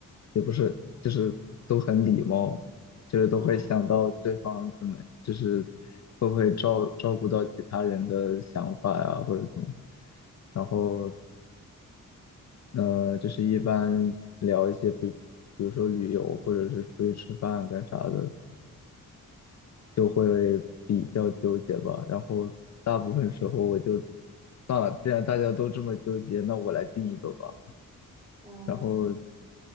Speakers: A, on the left; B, on the right.
A: 也不是，就是都很礼貌，就是都会想到对方怎么，
B: 嗯
A: 就是会不会照照顾到其他人的想法呀、或者怎么，然后
B: 嗯
A: 呃，就是一般聊一些，比比如说旅游或者是出去吃饭干啥的，就会比较纠结吧，然后大部分时候我就算了，既然大家都这么纠结，那我来定一个吧。
B: 嗯，
A: 然后